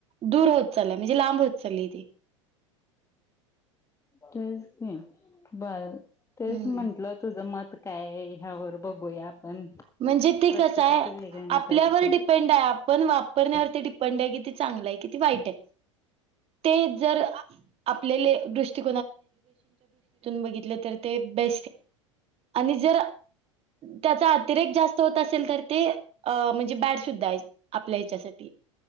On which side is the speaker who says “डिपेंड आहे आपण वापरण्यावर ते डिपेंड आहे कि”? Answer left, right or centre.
Right